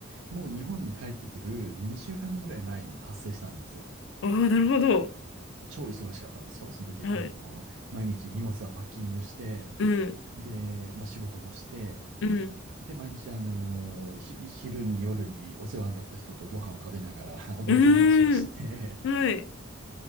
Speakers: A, on the right; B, on the left.
A: もう日本に帰ってくる2週間ぐらい前に発生したんですよ。
B: ああ、なるほど。
A: 超忙しかったんですよ。その時、
B: はい。
A: あの、毎日荷物はパッキングして、
B: うん、
A: で、まあ、仕事もして、
B: うん、
A: で、毎日、あの、ひ、昼に夜にお世話になった人とご飯を食べながら <laughs> 思い出話をして
B: うーん、はい。